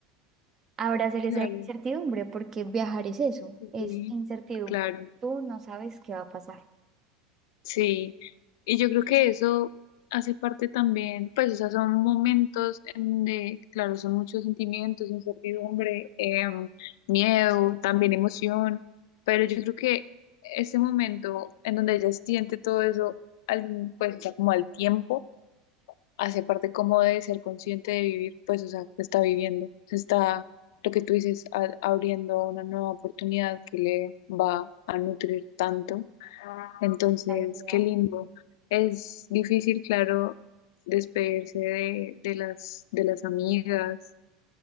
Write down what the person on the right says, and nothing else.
abrazar
esa incertidumbre, porque viajar es eso, es
incertidumbre.
Tú no sabes qué va a pasar.
La vida,